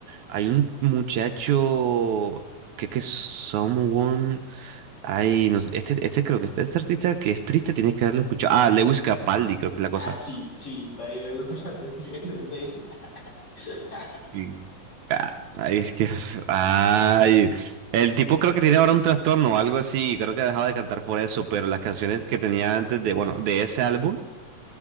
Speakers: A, on the right; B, on the left.
A: hay un muchacho que que es Someone. Ay, no sé. Este, este creo que este, este artista que es triste tienes que haberlo escuchado. Ah, Lewis Capaldi, creo que es la cosa.
B: Ah, sí, sí, también me gustan <laughs> las canciones de él. <laughs>
A: Y- ah, Ay, es que, <laughs> ay, el tipo creo que tiene ahora un trastorno o algo así, creo que ha dejado de cantar por eso, pero las canciones que tenía antes de, bueno, de ese álbum,